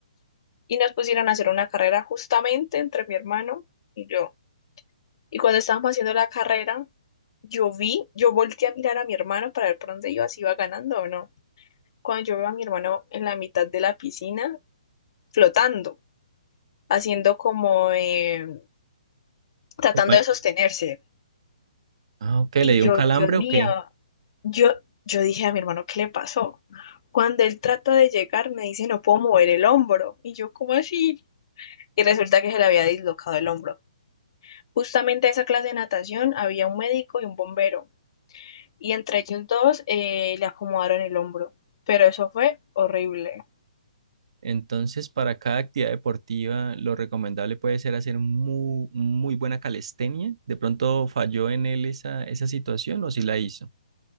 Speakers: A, on the left; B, on the right.
A: Y nos pusieron a hacer una carrera justamente entre mi hermano y yo. Y cuando estábamos haciendo la carrera, yo vi, yo volteé a mirar a mi hermano para ver por dónde iba, si iba ganando o no. Cuando yo veo a mi hermano en la mitad de la piscina, flotando, haciendo como eh, tratando
B: Compa-
A: de sostenerse.
B: Ah, ok, ¿le
A: Y
B: dio
A: yo,
B: un calambre
A: Dios mío,
B: o qué?
A: yo, yo dije a mi hermano, ¿qué le pasó? Cuando él trata de llegar, me dice, no puedo mover el hombro. Y yo, ¿cómo así? Y resulta que se le había dislocado el hombro. Justamente a esa clase de natación había un médico y un bombero. Y entre ellos dos eh, le acomodaron el hombro. Pero eso fue horrible.
B: Entonces, para cada actividad deportiva, lo recomendable puede ser hacer muy, muy buena calistenia. De pronto falló en él esa, esa situación o si la hizo.